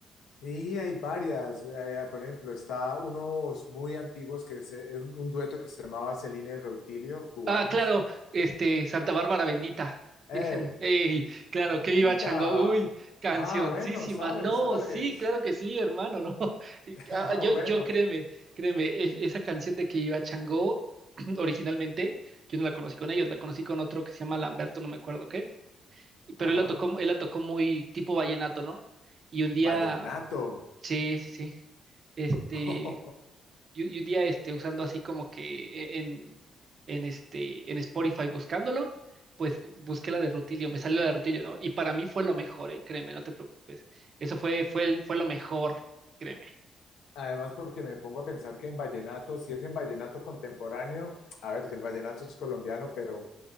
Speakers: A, on the left; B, on the right.
A: y hay varias, eh, por ejemplo, está unos muy antiguos que es eh, un, un dueto que se llamaba Celina y Reutilio, cubanos.
B: Ah, claro, este, Santa Bárbara bendita,
A: Eh,
B: Virgen. Ey, claro, que
A: mira,
B: viva Chango. Uy, cancioncísima.
A: ah, bueno, sabes,
B: No,
A: sabes,
B: sí, claro que sí, hermano, no. <laughs> Y,
A: <laughs> ah,
B: ah, Yo,
A: bueno.
B: yo créeme, créeme, e- esa canción de que viva Chango, <clears throat> originalmente, yo no la conocí con ellos, la conocí con otro que se llama Lamberto, no me acuerdo qué, pero
A: Ajá,
B: él la tocó, él la tocó muy tipo vallenato, ¿no? Y un día,
A: vallenato.
B: sí, sí, sí, este,
A: <laughs>
B: y, y un día este, usando así como que en, en, este, en Spotify buscándolo, pues bu- busqué la de Rutilio, me salió la de Rutilio, ¿no? Y para mí fue lo mejor, ¿eh? Créeme, no te preocupes. Eso fue, fue, el- fue lo mejor, créeme.
A: Además, porque me pongo a pensar que en vallenato, si es en vallenato contemporáneo, a ver, que el vallenato es colombiano, pero,